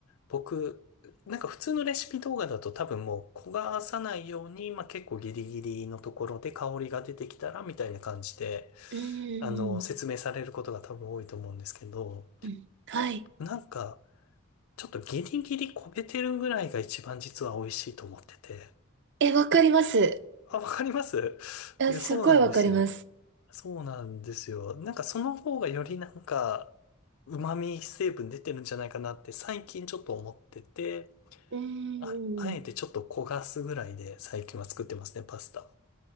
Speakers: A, on the left; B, on the right.
A: 僕、なんか普通のレシピ動画だと多分もう焦がさないように、まあ結構ギリギリのところで香りが出てきたらみたいな感じで、
B: うんうん
A: あの、説明されることが多分多いと思うんですけど、
B: うんうんはい。
A: なんか、ちょっとギリギリ焦げてるぐらいが一番実は美味しいと思ってて。
B: え、わかります。
A: あ、わかります
B: え、
A: いや、
B: すごいわかります。
A: そうなんですよ。そうなんですよ。なんかその方がよりなんか、旨味成分出てるんじゃないかなって最近ちょっと思ってて、
B: うんうんうん
A: あ、あえてちょっと焦がすぐらいで最近は作ってますね、パスタ。